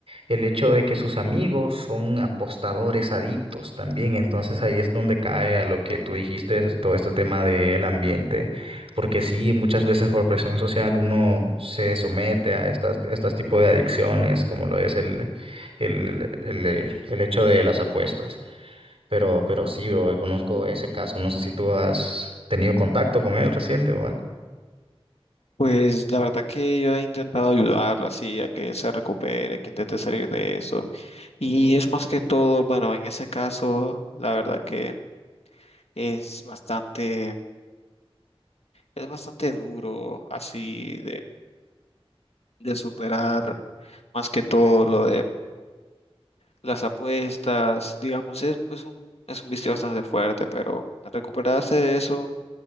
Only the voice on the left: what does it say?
Pues la verdad que yo he intentado ayudarlo así a que se recupere, que intente salir de eso. Y es más que todo, bueno, en ese caso, la verdad que es bastante, es bastante duro así de superar más que todo lo de las apuestas, digamos, es, es un, es un vicio bastante fuerte, pero recuperarse de eso